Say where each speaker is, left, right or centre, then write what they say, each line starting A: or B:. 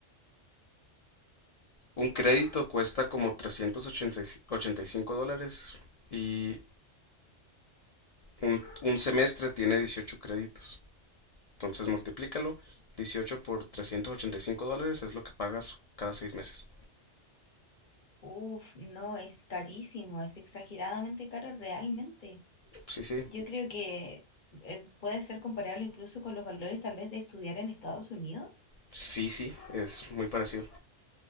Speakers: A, on the left (about 65°); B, on the left (about 45°).
A: Un crédito cuesta como 385 dólares y un, un semestre tiene 18 créditos. Entonces multiplícalo. 18 por 385 dólares es lo que pagas cada seis meses.
B: Uf, no, es carísimo, es exageradamente caro realmente.
A: Sí, sí.
B: Yo creo que eh, puede ser comparable incluso con los valores tal vez de estudiar en Estados Unidos.
A: Sí, sí. Es muy parecido.